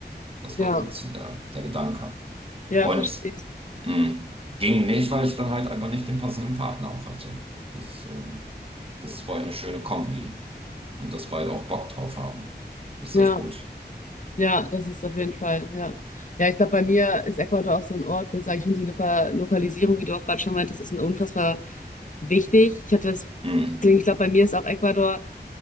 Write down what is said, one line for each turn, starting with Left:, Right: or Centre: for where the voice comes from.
Right: Das
Left: ja,
Right: war so ein bisschen der, der Gedanke.
Left: ja,
Right: Und
Left: verstehe ich.
Right: mh, ging nicht, weil ich dann halt einfach nicht den passenden Partner auch hatte. Das, ähm, das ist bei euch eine schöne Kombi und dass beide auch Bock drauf haben. Das
Left: Ja.
Right: ist echt gut.
Left: Ja, das ist auf jeden Fall, ja. Ja, ich glaube, bei mir ist Ecuador auch so ein Ort, wo ich sage, ich finde die Loka Lokalisierung, wie du auch gerade schon meintest, ist ein unfassbar wichtig. Ich hatte das,
Right: Mhm.
Left: Ding, ich glaube, bei mir ist auch Ecuador,